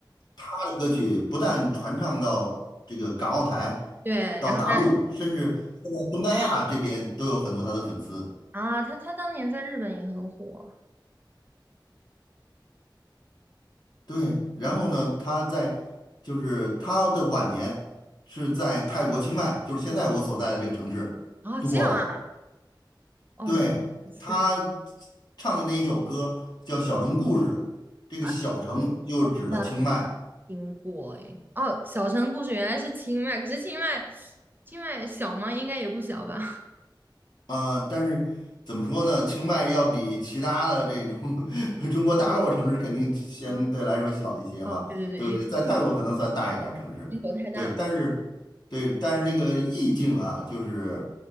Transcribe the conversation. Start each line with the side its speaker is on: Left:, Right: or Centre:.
Left: 她的歌曲不但传唱到这个港澳台，
Right: 对，
Left: 到大陆，
Right: 然后但。
Left: 甚至现在东南亚这边都有很多她的粉丝。
Right: 啊，他他当年在日本也很火。
Left: 对，然后呢，她在就是她的晚年是在泰国清迈，就是现在我所在的这个城市度过的。
Right: 啊，这样啊，哦，
Left: 对，
Right: 原来如此
Left: 他唱的那一首歌叫《小城故事》，这个小城就是指的清迈
Right: 啊，那听过哎。哦，小城故事原来是清迈，可是清迈，清迈小吗？应该也不小吧。
Left: 啊、但是怎么说呢？清迈要比其他的这种 <laughs> 中国大陆城市肯定相对来说小一些吧？
Right: 啊，哦，对对对，
Left: 对对，
Right: 因为
Left: 在泰国可能算大一点儿城市。
Right: 英国太大了。
Left: 对，但是对，但是那个意境啊，就是